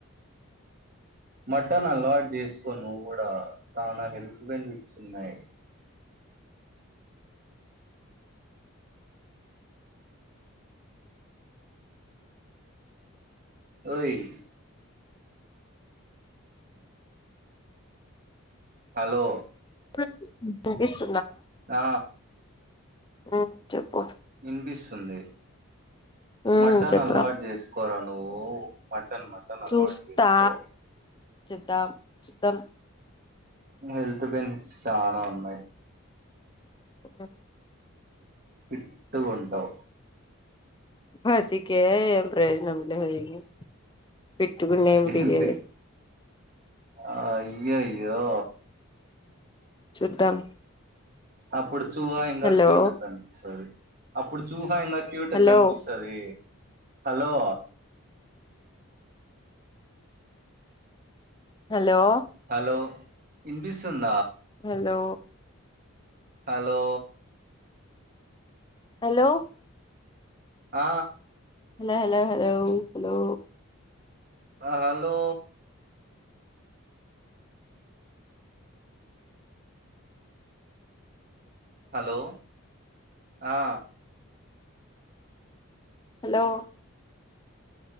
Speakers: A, on the right (about 40°); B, on the left (about 20°).
A: మటన్ అలవాటు చేసుకో నువ్వు కూడా చాలా హెల్త్ బెనిఫిట్స్ ఉన్నాయ్. ఓయ్ హలో
B: <unintelligible>
A: ఆ
B: ఆ చెప్పు
A: వినిపిస్తుంది
B: ఉమ్
A: మటన్
B: చెప్పురా
A: అలవాటు చేసుకోరా నువ్వు పట్ మటన్ మటన్ అలవాటు
B: చూస్తా
A: చేసుకో
B: చూద్దాం చూద్దాం
A: హెల్త్ బెనిఫిట్స్ చాలా ఉన్నాయ్
B: <inaudible>
A: ఫిట్ గుంటవ్
B: బతికే ఎమ్ ప్రయోజనం లే హరిణి ఫిట్ గుండి ఎమ్
A: ఏంది
B: పికేది
A: అయ్యయ్యో
B: చూద్దాం
A: అప్పుడు చూహ ఎంత
B: హలో
A: క్యూట్ కనిపిస్తది అప్పుడు చూహ ఇంగ్ క్యూట్
B: హలో
A: కనిపిస్తది హలో
B: హలో
A: హలో ఇన్పిస్తుందా
B: హలో
A: హలో
B: హలో
A: ఆ
B: hello hello hello hello
A: hello hello ఆ
B: హలో